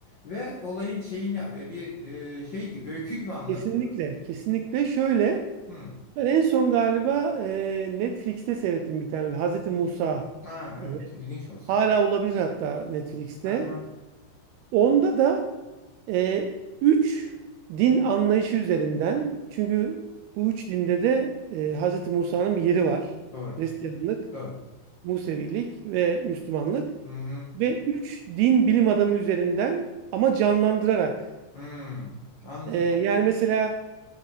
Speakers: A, on the left; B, on the right.
A: ve olayın şeyini e, bir e, şey gibi öykü gibi anlatıyor.
B: Kesinlikle, kesinlikle şöyle.
A: Hı.
B: Ben en son galiba e, Netflix'te seyrettim bir tane öyle, Hazreti Musa
A: Ha evet
B: diye.
A: ilginç olsa
B: Hala
A: gerek.
B: olabilir hatta Netflix'te.
A: Aha
B: Onda da e, üç din anlayışı üzerinden. Çünkü bu üç dinde de e, Hazreti Musa'nın bir yeri var.
A: doğru
B: Hristiyanlık,
A: doğru.
B: Musevilik ve Müslümanlık.
A: Hı hı.
B: Ve üç din bilim adamı üzerinden ama canlandırarak.
A: Hı. Anladım.
B: E, yani mesela